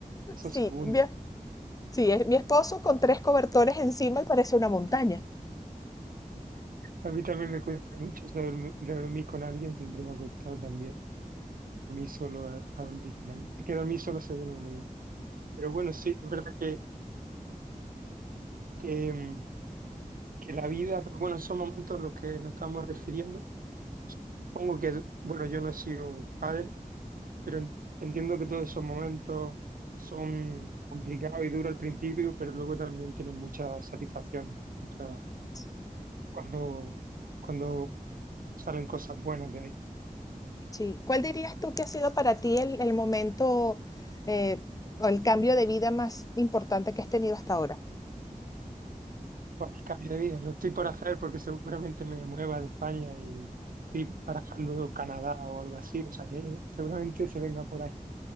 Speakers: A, on the left; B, on the right.
A: <laughs>
B: esos
A: sí,
B: segundos.
A: mi es- sí, es mi esposo con tres cobertores encima y parece una montaña.
B: A mí también me cuesta mucho eso de dormir, de dormir con alguien, siempre me ha costado también. dormí solo a, a dormir con alguien. Es que dormir solo se duerme muy bien. Pero bueno, sí, es verdad que, que, mm, que la vida, pero bueno, esos momentos a los que nos estamos refiriendo, pongo que, bueno, yo no he sido padre, pero en- entiendo que todos esos momentos son complicados y duros al principio, pero luego también tienen muchas satisfacciones, muchas-
A: Sí.
B: cuando, cuando salen cosas buenas de ahí.
A: Sí, ¿cuál dirías tú que ha sido para ti el, el momento eh, o el cambio de vida más importante que has tenido hasta ahora?
B: Buah, el cambio de vida lo estoy por hacer porque seguramente me mueva de España y estoy barajando Canadá o algo así, o sea que seguramente se venga por ahí.